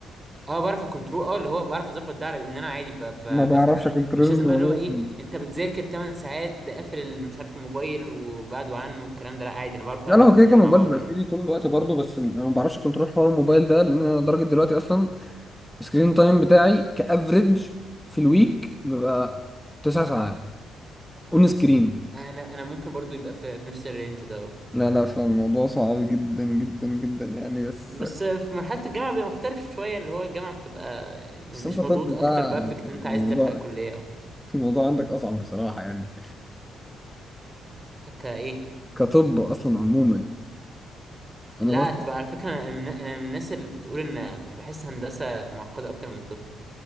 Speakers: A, on the right; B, in the centre.
A: اه بعرف الكنترول اه اللي هو بعرف اظبط ده على ان انا عادي ب... ب...
B: ما بعرفش
A: بفتح سوشيال
B: اكنترول
A: مش
B: الموضوع
A: لازم بقى اللي هو ايه
B: خالص.
A: انت بتذاكر 8 ساعات ده قافل ال- مش عارف الموبايل وبعده عنه والكلام ده لا عادي انا بعرف
B: لا
A: اعمل
B: لا هو كده
A: اتنين
B: كان الموبايل
A: مع بعض
B: بيبقى
A: عادي
B: في ايدي طول الوقت برضه بس انا ما بعرفش اكنترول حوار الموبايل ده لان انا لدرجه دلوقتي اصلا السكرين تايم بتاعي كافريج في الويك بيبقى تسع ساعات اون سكرين
A: انا انا ممكن برضو يبقى في, في نفس الرينج ده اه.
B: لا لا فالموضوع صعب جدا جدا جدا يعني بس
A: بس في مرحلة الجامعة بيبقى مختلف شوية اللي هو الجامعة بتبقى م-
B: بس
A: مش
B: انت طب
A: مضغوط اكتر
B: بقى
A: بقى فكرة ان انت
B: الموضوع
A: عايز تلحق كلية او حاجة
B: الموضوع عندك اصعب بصراحة يعني
A: كايه
B: كطب اصلا عموما انا
A: لا
B: برضه
A: تبقى على فكرة انا من انا من الناس اللي بتقول ان بحس هندسة معقدة اكتر من طب